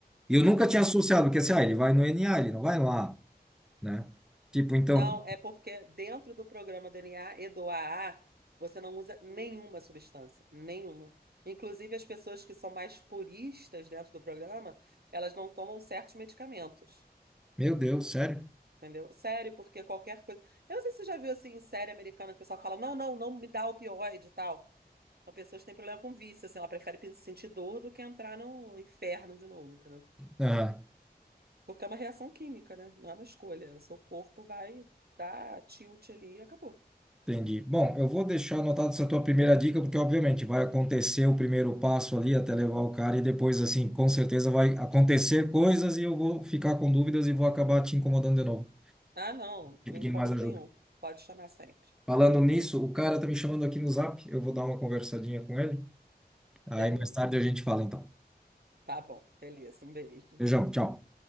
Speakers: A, in the centre; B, on the right.
A: E eu nunca
B: Aham.
A: tinha associado, porque assim, ah, ele vai no NA, ele não vai lá, né? Tipo, então,
B: Não, é porque dentro do programa DNA e do AA, você não usa nenhuma substância, nenhuma. Inclusive, as pessoas que são mais puristas dentro do programa, elas não tomam certos medicamentos,
A: meu Deus, sério?
B: entendeu? Sério, porque qualquer coisa. Eu não sei se você já viu assim em série americana que o pessoal fala: não, não, não me dá opioide e tal. Uma pessoa que têm problema com vício, assim, ela prefere pe- sentir dor do que entrar no inferno de novo, entendeu?
A: Aham,
B: Porque é uma reação química, né? Não é uma escolha. O seu corpo vai dar tilt ali e acabou.
A: entendi. Bom, eu vou deixar anotada essa tua primeira dica, porque obviamente vai acontecer o primeiro passo ali até levar o cara, e depois, assim, com certeza vai acontecer coisas e eu vou ficar com dúvidas e vou acabar te incomodando de novo,
B: Ah, não,
A: te
B: não
A: pedindo
B: incômodo
A: mais ajuda.
B: nenhum. Pode chamar sempre.
A: Falando nisso, o cara tá me chamando aqui no Zap. Eu vou dar uma conversadinha com ele. Aí
B: Beleza.
A: mais tarde a gente fala então.
B: Tá bom, beleza. Um beijo.
A: Beijão, tchau.